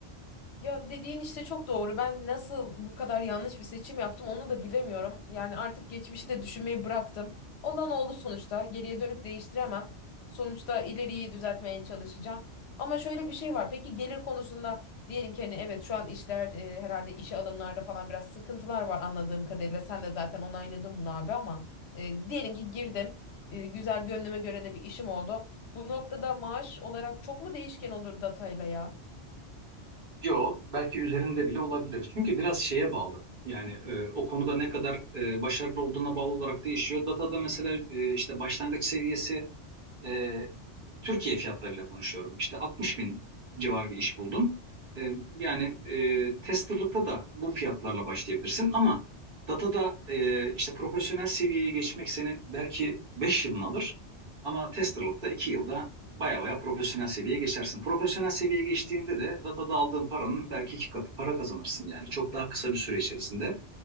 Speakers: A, on the left; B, on the right.
A: Ya dediğin işte çok doğru. Ben nasıl bu kadar yanlış bir seçim yaptım onu da bilemiyorum. Yani artık geçmişi de düşünmeyi bıraktım. Olan oldu sonuçta. Geriye dönüp değiştiremem. Sonuçta ileriyi düzeltmeye çalışacağım. Ama şöyle bir şey var. Peki gelir konusunda diyelim ki hani evet şu an işler e, herhalde işe alımlarda falan biraz sıkıntılar var anladığım kadarıyla. Sen de zaten onayladın bunu abi ama e, diyelim ki girdim. E, güzel gönlüme göre de bir işim oldu. Bu noktada maaş olarak çok mu değişken olur datayla ya?
B: Yo, belki üzerinde bile olabilir. Çünkü biraz şeye bağlı. Yani e, o konuda ne kadar e, başarılı olduğuna bağlı olarak değişiyor. Datada mesela e, işte başlangıç seviyesi e, Türkiye fiyatlarıyla konuşuyorum. İşte 60 bin civarı bir iş buldum. E, yani e, testerlıkta da bu fiyatlarla başlayabilirsin ama datada e, işte profesyonel seviyeye geçmek senin belki 5 yılını alır ama testerlıkta 2 yılda baya baya profesyonel seviyeye geçersin. Profesyonel seviyeye geçtiğinde de datada aldığın paranın belki iki katı para kazanırsın yani çok daha kısa bir süre içerisinde.